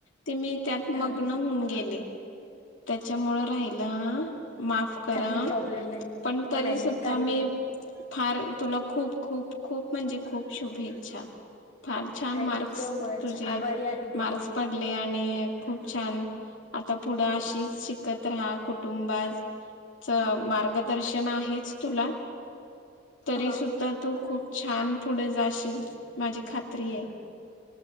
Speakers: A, on the left (about 85°); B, on the left (about 35°).
A: ते मी त्यात
B: हा
A: मग्न होऊन गेले त्याच्यामुळ राहिलं हां माफ करा
B: काही
A: हां
B: प्रॉब्लेम नाही.
A: पण
B: अ,
A: तरी
B: नाही
A: सुद्धा
B: नाही काही प्रॉब्लेम
A: मी फार तुला खूप खूप खूप म्हणजे खूप शुभेच्छा. फार छान
B: thank
A: marks
B: you so much.
A: तुझे
B: आभारी आहे दिदी.
A: मार्क्स पडले आणि खूप छान आता पुढं अशीच शीक. कतरा कुटुंबास. च मार्गदर्शन आहेच तुला तरी
B: हा
A: सुुद्धा तू खूप छान पुढे जाशील माझी खात्री आहे.